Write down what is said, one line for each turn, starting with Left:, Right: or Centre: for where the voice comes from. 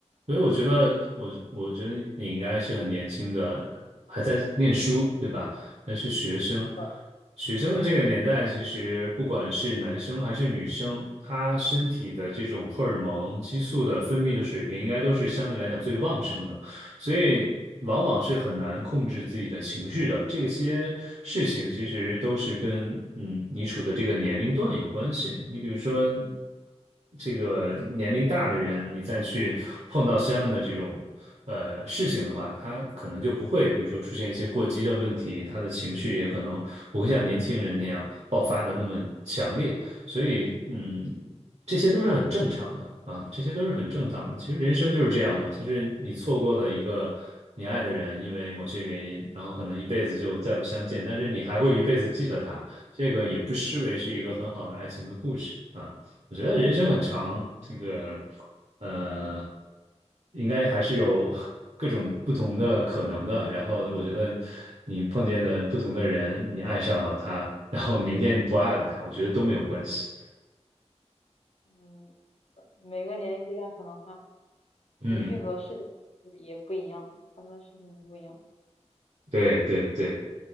Right: 所以我觉得我我觉得你应该是很年轻的，还在念书，对吧？还是学生。
Left: 是的，
Right: 学生的这个年代，其实不管是男生还是女生，他身体的这种荷尔蒙激素的分泌的水平，应该都是相对来讲最旺盛的。所以往往是很难控制自己的情绪的。这些事情其实都是跟嗯你处的这个年龄段有关系。你比如说，这个年龄大的人，你再去碰到相应的这种呃事情的话，他可能就不会，比如说出现一些过激的问题，他的情绪也可能不会像年轻人那样爆发的那么强烈。所以，嗯。这些都是很正常的啊，这些都是很正常的。其实人生就是这样嘛。其实你错过了一个你爱的人，因为某些原因，然后可能一辈子就再不相见，但是你还会一辈子记得他，这个也不失为是一个很好的爱情的故事啊。我觉得人生很长，这个呃，应该还是有 <laughs> 各种不同的可能的。然后我觉得你碰见了不同的人，你爱上了他，然后明天你不爱了他，我觉得都没有关系。
Left: 嗯，每个年龄阶段可能他
Right: 嗯。
Left: 情绪和事情也不一样，发生的事情也不一样。
Right: 对对对，